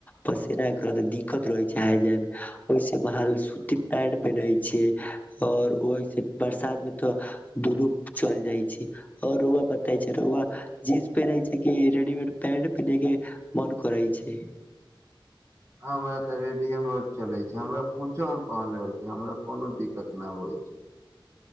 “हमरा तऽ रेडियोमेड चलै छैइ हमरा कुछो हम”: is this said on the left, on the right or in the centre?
Right